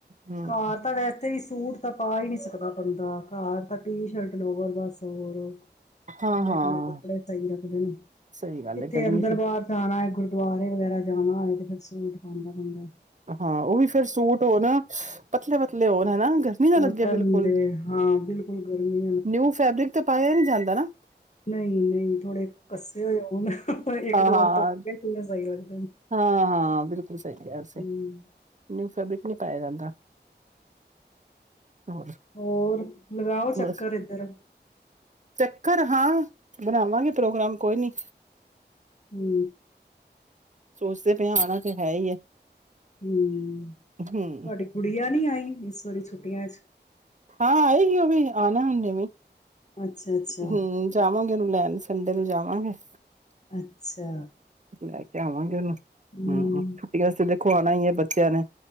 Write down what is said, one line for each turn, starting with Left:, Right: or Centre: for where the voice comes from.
Right: ਹੂੰ
Left: ਘਰ ਤਾਂ ਵੈਸੇ ਵੀ। ਸੂਟ ਤਾਂ ਪਾ ਹੀ ਨੀ ਸਕਦਾ ਬੰਦਾ ਘਰ ਤਾਂ ਟੀ ਸ਼ਰਟ ਲੋਵੇਰ ਬਸ ਹੋਰ ਖੁੱਲੇ-ਖੁੱਲੇ,
Right: ਹਾਂ ਹਾਂ
Left: ਕੱਪੜੇ ਸਹੀ ਰੱਖਦੇ ਨੇ
Right: ਸਹੀ ਗੱਲ
Left: ਕਿੱਥੇ
Right: ਹੈ ਗਰਮੀ
Left: ਅੰਦਰ
Right: ਚ
Left: ਬਾਹਰ ਜਾਣਾ ਹੈ, ਗੁ ਗੁਰੁਦਆਰੇ ਵਗੈਰਾ ਜਾਣਾ ਹੋਵੇ ਤੇ, ਫਿਰ ਸੂਟ ਪਾਦਾ ਬੰਦਾ
Right: ਹਾਂ ਉਹ ਵੀ ਫੇਰ ਸੂਟ ਹੋ ਨਾ ਪਤਲੇ-ਪਤਲੇ ਹੋਣ ਹਨਾ, ਗਰਮੀ ਨਾ
Left: ਕੋਟਨ
Right: ਲੱਗਿਆ ਬਿਲਕੁਲ
Left: ਦੇ ਹਾਂ ਬਿਲਕੁਲ ਗਰਮੀ
Right: ਨਿਊ ਫੈਬਰਿਕ ਤੇ ਪਾਇਆ ਨੀ ਜਾਂਦਾ ਨਾ
Left: ਨਹੀਂ-ਨਹੀਂ, ਥੋੜੇ ਕੱਸੇ ਹੋਏ ਹੋਣ ਇੱਕ
Right: ਹਾਂ-ਹਾਂ,
Left: ਦੋ ਵਾਰ ਧੋਤੇ ਸਹੀ ਲੱਗਦੇ ਨੇ,
Right: ਹਾਂ-ਹਾਂ ਬਿਲਕੁਲ ਸਹੀ ਕਿਹਾ ਤੁਸੀਂ
Left: ਹਮ
Right: ਨਿਊ ਫੈਬਰਿਕ ਨਹੀ ਪਾਇਆ ਜਾਂਦਾ। ਹੋਰ
Left: ਹੋਰ ਲਗਾਓ ਚੱਕਰ
Right: ਬਸ
Left: ਇੱਧਰ,
Right: ਚੱਕਰ ਹਾਂ ਬਣਾਵਾਂਗੇ ਪ੍ਰੋਗਰਾਮ ਕੋਈ ਨੀ,
Left: ਹੂੰ,
Right: ਸੋਚਦੇ ਪਏ ਆਣਾ ਤਾਂ ਹੈ ਹੀ ਹੈ।
Left: ਹੂੰ,
Right: ਹੂੰ
Left: ਤੁਹਾਡੀ ਗੁਡੀਆਂ ਨੀ ਆਈ। ਇਸ ਵਾਰੀ ਦੀ ਛੁਟੀਆਂ ਚ
Right: ਹਾਂ ਆਏ ਸੀ, ਉਹ ਵੀ ਆਣਾ ਹੁਣ ਵੀ
Left: ਅੱਛਾ-ਅੱਛਾ,
Right: ਹੂੰ, ਜਾਵਾਂਗੇ ਉਹਨੂੰ ਲੈਣ ਸੰਡੇ ਨੂੰ ਜਾਵਾਂਗੇ। <unintelligible>
Left: ਅੱਛਾ,
Right: ਲੈ ਕੇ ਤੇ ਆਵਾਂਗੇ ਉਹਨੂੰ
Left: ਹੂੰ,
Right: ਛੁੱਟੀਆਂ ਚ ਦੇਖੋ ਆਣਾ ਹੀ ਹੈ ਬੱਚਿਆਂ ਨੇ